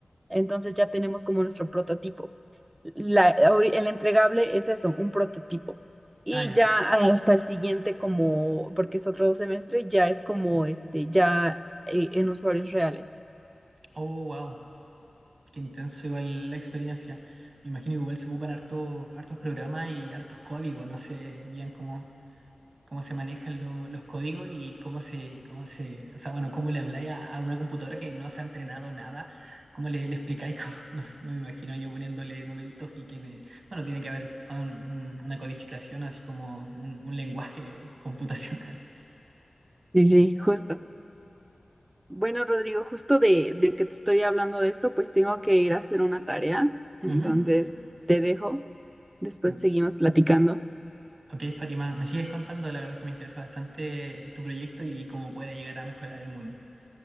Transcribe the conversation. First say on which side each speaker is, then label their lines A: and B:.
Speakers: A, on the right (about 25°); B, on the right (about 65°).
A: entonces ya tenemos como nuestro prototipo. La, ahori- el entregable es eso, un prototipo. Y
B: Ah, ya.
A: ya hasta el siguiente, como, porque es otro semestre, ya es como este, ya eh, en usuarios reales.
B: Oh, wow. Qué intenso igual la experiencia. Me imagino que igual se ocupan harto, hartos programas y hartos códigos. No sé bien cómo, cómo se manejan lo- los códigos y cómo se, cómo se, o sea, bueno, cómo le habláis a, a una computadora que no se ha entrenado nada, cómo le, le explicáis, cómo- <laughs> no, no me imagino yo poniéndole numeritos y que me, bueno, tiene que haber un- un- una codificación, así como un, un lenguaje computacional.
A: Sí, sí, justo. Bueno, Rodrigo, justo de, de que te estoy hablando de esto, pues tengo que ir a hacer una tarea. Entonces,
B: <laughs>
A: te dejo. Después
B: Ujú.
A: seguimos platicando.
B: Ok, Fátima, me sigues contando, la verdad es que me interesa bastante tu proyecto y cómo puede llegar a mejorar el mundo.